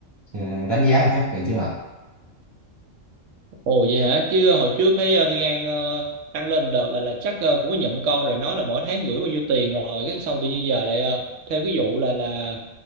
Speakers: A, on the right; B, on the right.
A: ờ, đánh giá người khác vậy chưa ạ
B: Ồ vậy hả? Chứ hồi trước thấy ờ, Thiên An ờ, tăng lên đợt là là chắc ờ, cũng có nhận con rồi nói là mỗi tháng gửi bao nhiêu tiền rồi cái xong tự nhiên giờ lại ờ, thêm cái vụ là là